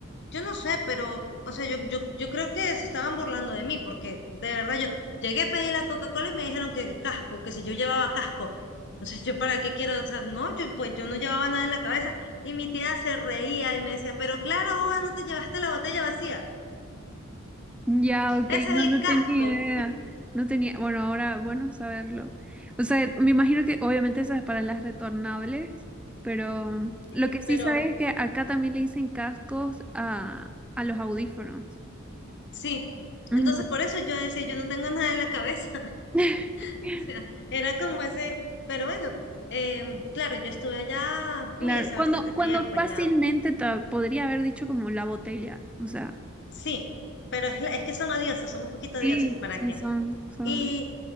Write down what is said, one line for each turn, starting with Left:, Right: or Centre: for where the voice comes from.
Left: yo no sé, pero, o sea, yo, yo, yo creo que se estaban burlando de mí, porque de verdad yo llegué a pedir la Coca-Cola y me dijeron que el casco, que si yo llevaba casco. Entonces, ¿yo para qué quiero? O sea, no, yo pues yo no llevaba nada en la cabeza. Y mi tía se reía y me decía, pero claro, boba, no te llevaste la botella vacía.
Centre: Ya, ok,
Left: Ese
Centre: no,
Left: es el
Centre: no
Left: casco.
Centre: tenía idea. No tenía, bueno, ahora, bueno, saberlo. O sea, me imagino que obviamente esas para las retornables, pero mm,
Left: Sí,
Centre: lo que sí
Left: pero
Centre: sabes es que acá también le dicen cascos a, a los audífonos.
Left: sí.
Centre: Ujú.
Left: Entonces, por eso yo decía, yo no tengo nada en la cabeza.
Centre: <laughs>
Left: <laughs> O sea, era como ese, pero bueno, em, claro, yo estuve allá, uy,
Centre: Claro,
Left: hace
Centre: cuando,
Left: bastante tiempo
Centre: cuando fácilmente
Left: ya,
Centre: te podría haber dicho como la botella, o sea.
Left: sí, pero es, la- es que son odiosos, son un poquito odiosos,
Centre: Sí,
Left: ¿para
Centre: sí,
Left: qué?
Centre: son, son.
Left: Y,